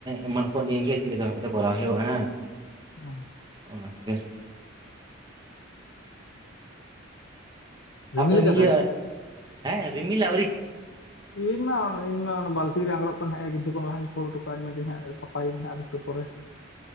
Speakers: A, on the right; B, on the left.
A: ᱮᱢᱟᱱ ᱠᱚ ᱱᱤᱭᱮ ᱜᱮ ᱪᱮᱫ ᱞᱮᱠᱟ ᱵᱷᱟᱵᱛᱮ ᱠᱚᱨᱟᱣ ᱦᱩᱭᱩᱜᱼᱟ ᱦᱮᱸ᱾
B: ᱚ᱾
A: ᱚᱱᱟ ᱠᱚᱜᱮ᱾
B: ᱨᱤᱢᱤᱞ
A: ᱟᱯᱮ
B: ᱠᱟᱫᱟᱭ
A: ᱤᱭᱟᱹ ᱦᱮᱸ ᱨᱤᱢᱤᱞ ᱟᱣᱨᱤ᱾
B: ᱤᱧ ᱢᱟ ᱤᱧ ᱢᱟ ᱚᱱᱟ ᱵᱟᱞᱛᱤ ᱨᱮ ᱟᱜᱽᱨᱚᱵ ᱠᱚ ᱮᱱᱮ ᱠᱤᱪᱩ ᱠᱷᱚᱱ ᱞᱟᱦᱟᱧ ᱠᱷᱳᱲ ᱦᱚᱴᱚ ᱠᱟᱜᱟᱧ ᱢᱮᱱᱫᱟᱹᱧ ᱦᱟᱸᱜ ᱥᱟᱯᱷᱟᱭᱟᱹᱧ ᱟᱨᱮᱠᱴᱩ ᱯᱚᱨᱮ